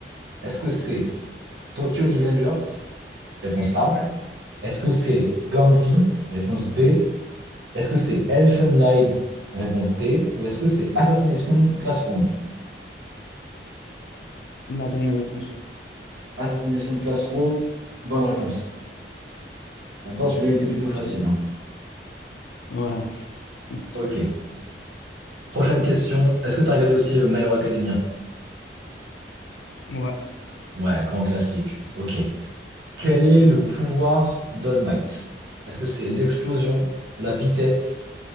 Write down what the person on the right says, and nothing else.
Est-ce que c'est Tokyo Revengers? Réponse A. Est-ce que c'est Gantz? Réponse B. Est-ce que c'est Elfenlied? Réponse D. Ou est-ce que c'est Assassination Classroom?
Assassination Classroom, bonne réponse. En même temps, celui-là, il était
plutôt facile. hein.
Ok. Prochaine question. Est-ce que tu as regardé aussi euh, My Hero Academia?
Ouais, grand classique. Ok. Quel est
le pouvoir d'All Might? Est-ce que c'est l'explosion, la vitesse,